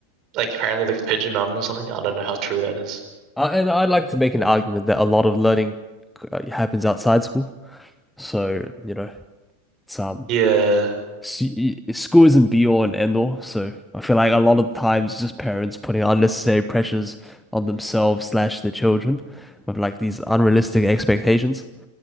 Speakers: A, on the right (about 40°); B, in the centre.
A: like apparently like Pigeon Mountain or something. I don't know how true that is.
B: Uh, and I'd like to make an argument that a lot of learning uh, happens outside school. So, you know, It's um,
A: Yeah,
B: s- y- school isn't be all and end all, so I feel like a lot of times it's just parents putting unnecessary pressures on themselves slash their children with like these unrealistic expectations.